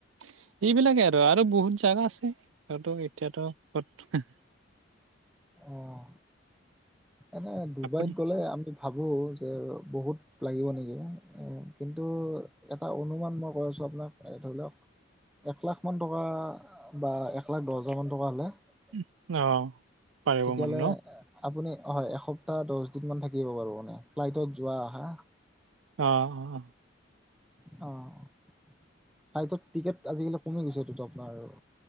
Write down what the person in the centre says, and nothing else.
অঁ এনেই ডুবাইত
গলে আমি ভাবো যে বহুত লাগিব নেকি? এ কিন্তু এটা অনুমান মই কৈ আছোঁ আপোনাক ধৰি লওক এক লাখ মান টকা বা এক লাখ দহ হাজাৰ মান টকা হ'লে <unintelligible>
তেতিয়াহ'লে
আপুনি <unintelligible> হয় এসপ্তাহ, দহ দিন মান থাকিব বাৰু মানে ফ্লাইটত যোৱা, অহা।
অঁ। ফ্লাইটত টিকেট আজিকালি কমি গৈছে এইটোতো আপোনাৰ।